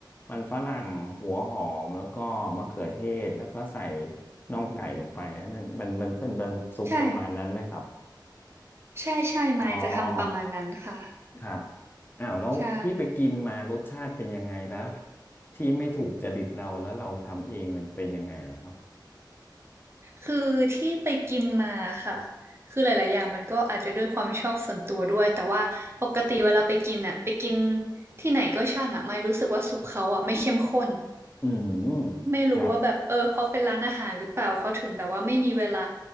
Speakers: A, on the left; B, on the right.
A: มันฝรั่งหัวหอมแล้วก็มะเขือเทศ แล้วก็ใส่น่องไก่ลงไปอันนั้นมันมันเป็นเป็นซุปประมาณนั้นไหมครับ
B: ใช่ใช่ใช่มายจะทำประมาณนั้นค่ะ
A: อ๋อ ครับอ้าวแล้วที่ไปกินมารสชาติเป็นยังไงแล้ว
B: ใช่
A: ที่ไม่ถูกจริตเราแล้วเราทำเองมันเป็นยังไงล่ะครับ
B: คือที่ไปกินมาค่ะ คือหลายๆอย่างมันก็อาจจะด้วยความชอบส่วนตัวด้วย แต่ว่าปกติเวลาไปกินอ่ะ ไปกินที่ไหนก็ช่างอ่ะไม่รู้สึกว่าซุปเขาอ่ะไม่เข้มข้น
A: อืม
B: ไม่รู้ว่าแบบเออเพราะเป็นร้านอาหารหรือเปล่าเขาถึงแบบว่าไม่มีเวลา
A: ครับ